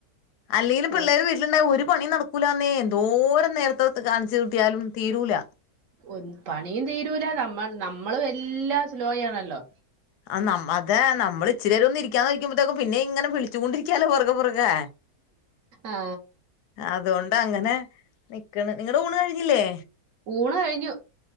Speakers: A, on the left; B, on the right.
A: അല്ലെങ്കിലും പിള്ളേര്
B: ആ,
A: വീട്ടിലുണ്ടായ ഒരു പണിയും നടക്കു ക്കൂലാന്നേ <unintelligible> നേരത്തെ കാ <unintelligible> യാലും തീരൂല
B: ഒരു പണിയും തീരൂല നമ്മൾ നമ്മളും എല്ലാം സ്ലോയാണല്ലോ
A: ആ നമ്മ അതെ നമ്മള് ഇച്ചിരി നേരം ഒന്നിരി ക്കാന്ന് വെക്കുമ്പത്തേക്കും പിനെ ഇങ്ങെനെ വിളി ചൂണ്ടിരിക്കാലോ പുറകെ പുറകേ
B: ആ
A: അതുകൊണ്ട് അങ്ങനെ നിക്കണ് നിങ്ങള് ഊണ് കഴി ഇല്ലെ
B: ഊണ് കഴിഞ്ഞു